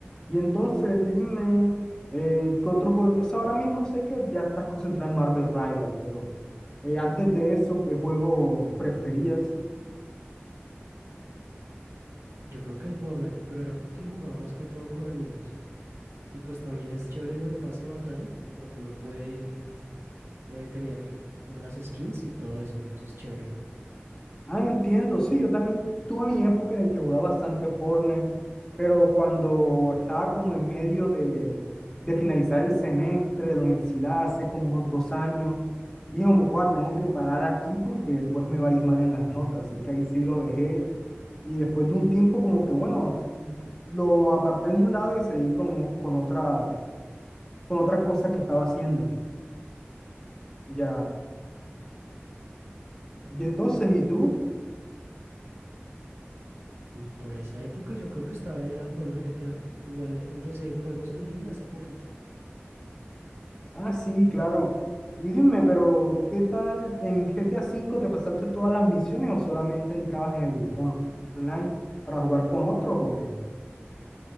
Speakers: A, on the left; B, on the right.
A: Y entonces dime, eh, ¿qué otro juego? Eso ahora mismo sé que ya estás concentrado en Marvel Rival, pero eh, antes de eso, ¿qué juego preferías?
B: Yo creo que el Fortnite, pero era porque lo jugaba más que todo con amigos. Y pues también es chévere lo del pase de batalla, porque uno puede eh, tener como las skins y todo eso. Eso es chévere.
A: Ah, entiendo, sí, yo también tuve mi época en la que jugaba bastante Fortnite, pero cuando estaba como en medio de, de finalizar el semestre de la universidad, hace como unos dos años, dije, como, "Cuá, tengo que parar aquí porque después me va a ir mal en las notas, así que ahí sí lo dejé Y después de un tiempo como que, bueno, lo aparté de un lado y seguí como con otras, con otras cosas que estaba haciendo. Ya. Y entonces, ¿y tú?
B: Mm, Por esa época yo creo que estaba era jugando el GTA. Igual empecé juegos en línea hace poquito.
A: Ah, sí, claro. Y dime, pero ¿qué tal en GTA V te pasaste todas las misiones o solamente entrabas en el on- online para jugar con otros o qué?